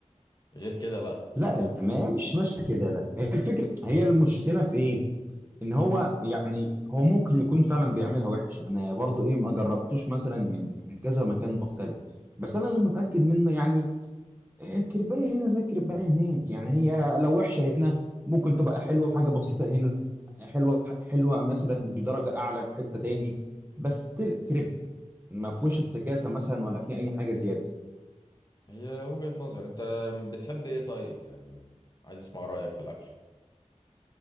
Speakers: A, on the left; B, on the right.
A: غير كده لا
B: لا لا، ما هي مش ماشيه كده لا هي الفكره هي المشكله في ايه ان هو يعني هو ممكن يكون فعلا بيعملها وحش انا برضو ايه ما جربتوش مثلا من من كذا مكان مختلف بس انا اللي متاكد منه يعني إيه، كربايه هنا زي كربايه هناك يعني هي لو وحشه هنا ممكن تبقى حلوه حاجه بسيطه هنا حلوه حلوه مثلا بدرجه اعلى في حته تاني بس still كريب ما فيهوش افتكاسه مثلا ولا في اي حاجه زياده
A: هي وجهة نظر انت بتحب ايه طيب يعني عايز اسمع رأيك في الاكل